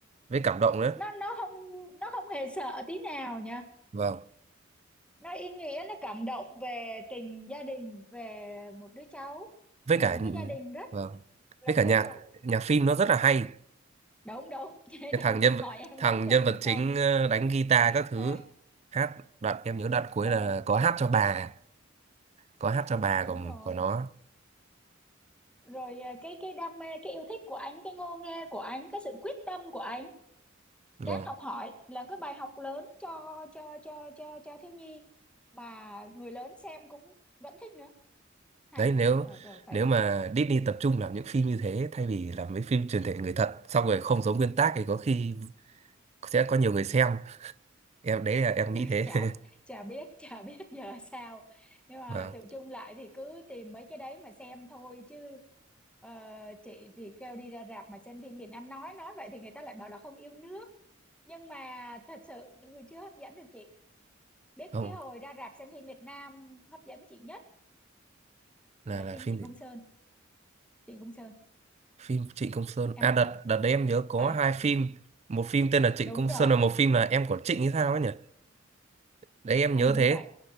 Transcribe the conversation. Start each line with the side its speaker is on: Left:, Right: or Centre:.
Right: với cảm động nữa.
Centre: nó nó không nó không hề sợ tí nào nha
Right: Vâng,
Centre: nó ý nghĩa nó cảm động về tình gia đình về một đứa cháu
Right: với
Centre: về
Right: cả
Centre: một cái gia đình rất
Right: vâng,
Centre: là
Right: với cả nhạc
Centre: sum tụ
Right: nhạc phim nó rất là hay.
Centre: đúng đúng <laughs> Chị
Right: cái thằng
Centre: đang tính
Right: nhân vật
Centre: hỏi em
Right: thằng
Centre: có ấn tượng
Right: nhân vật
Centre: gì
Right: chính
Centre: không
Right: ờ, đánh guitar các thứ
Centre: à,
Right: hát đoạn em nhớ đoạn cuối
Centre: ừ
Right: là có hát cho bà có hát cho bà
Centre: đúng
Right: của
Centre: rồi
Right: của nó
Centre: rồi à, cái cái đam mê cái yêu thích của anh cái ngô nghê của anh cái sự quyết tâm của anh
Right: vâng
Centre: đáng học hỏi là cái bài học lớn cho cho cho cho cho thiếu nhi mà người lớn xem cũng vẫn thích nữa hay
Right: đấy nếu
Centre: mà còn phải
Right: nếu mà Disney tập trung làm những phim như thế thay vì làm mấy phim truyền thể người thật xong rồi không giống nguyên tác thì có khi sẽ có nhiều người xem em đấy là em nghĩ
Centre: <laughs>
Right: thế
Centre: chả
Right: <laughs>
Centre: chả biết chả biết giờ sao nhưng mà
Right: vâng
Centre: tự chung lại thì cứ tìm mấy cái đấy mà xem thôi chứ ờ, chị thì kêu đi ra rạp mà xem phim Việt Nam nói nói vậy thì người ta lại bảo là không yêu nước nhưng mà thật sự chưa hấp dẫn được chị biết
Right: không
Centre: cái hồi ra rạp xem phim Việt Nam hấp dẫn chị nhất
Right: là
Centre: là
Right: là
Centre: phim
Right: phim
Centre: Trịnh
Right: gì?
Centre: Công Sơn Trịnh Công Sơn
Right: phim Trịnh Công Sơn
Centre: em
Right: à đợt đợt đấy em nhớ có
Centre: à,
Right: hai phim một phim tên là Trịnh
Centre: đúng
Right: Công
Centre: rồi
Right: Sơn và một phim là em của Trịnh hay sao ấy nhỉ đấy em
Centre: à,
Right: nhớ
Centre: hình như
Right: thế
Centre: vậy